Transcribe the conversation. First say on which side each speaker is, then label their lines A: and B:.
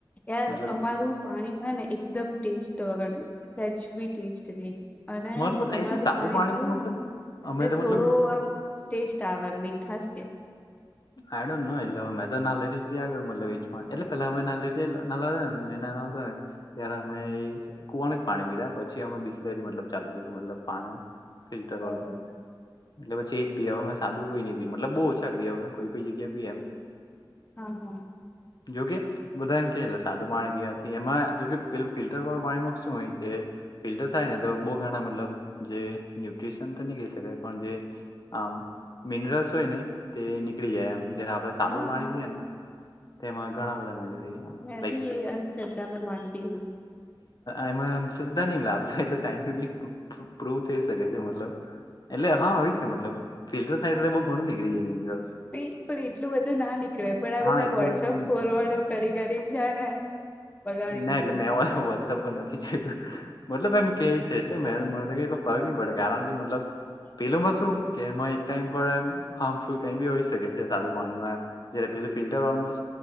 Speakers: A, on the left (about 20°); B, on the left (about 55°).
A: યાર
B: મતલબ
A: અમારું પાણી હોય ને એકદમ ટેસ્ટ વગર સજ બી ટેસ્ટ નહી અને
B: અમારું મતલબ
A: તમાર
B: એટલું
A: તો
B: સાદું
A: પાણી પીએ
B: તો મતલબ અમે
A: ને
B: તો
A: થોડો
B: મતલબ
A: આમ ટેસ્ટ આવે એમ ખાસ
B: આડ એટલે મેં તો નાલે થી જ પ કરટલે વેજ એટલે પેલા અમે નાલેથી ના મે ના ને ત્યારે અમે કુવાનું જ પાણી પીધા પછી અમે બિસ્લેર થીતલબ ચાલુ કરું મતલબ પાણી ફિલ્ટર
A: બરોબર
B: વાળું એટલે પછી એ જ પી હ મેમે સાદું કોઈ નઈ પી મતલબ બહુ ઓછા પી હવે કોઈ કોઈ જગ્યા ભી એમ
A: હા મો
B: જોકે બધામ કે એટલે સાદું પાણી પીવા એમાં જોકે પેલું ફિલ્ટર વાળું પાણીમાં શું હોય કે ફિલ્ટર થાય ને તો બહુ ગણા મતલબ જે ન્યુટ્રીિશન તો નહી કહી શકાય પણ જે આમ મિનરલ્સ હોય ને તે નીકળી જાય એમ જે આપણે સાદું
A: હા
B: પાણી
A: હા
B: પીએ ને તેમાં ઘણા બધા મળી રહ્યા આમ
A: મેં
B: લાઈક
A: બી એ અંધશ્રદ્ધામાં માનતી હું
B: એમાં સધા ન લાવતા એટલે સાયન્ટફલી પ્રૂવ થઈ શકે છે મતબ એટલે હા હોય છે મતલબ ફિલ્ટર થાય તો બઉુ ઘણું નીકળી જાય મ
A: ભી પણ એટલું બધું ના નીકળે પણ આ
B: હા
A: બધા
B: એટલું
A: વોટ્સઅપ
B: બધું ના
A: ફોરવર્ડો કરી કરીને જા ને બગાડી
B: ના
A: દીધું
B: એટલે મેં એ તો વોટ્સઅપ પર નથી જોયતું મતલબ એમ કે છે એટલે મે એટલો ફરક નહી પડે કારણ કે મતલબ પેલું માં શું કે એમાં એક ટાઈમ પર એમ હાર્મફુલ કઈ બી હોઈ શકે છે સાદું પાણીમાં એમ જ ફિલ્ટર ઓમર